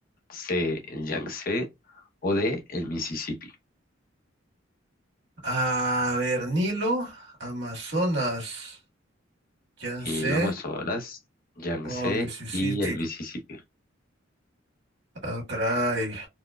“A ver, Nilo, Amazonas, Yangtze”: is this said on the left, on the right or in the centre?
Right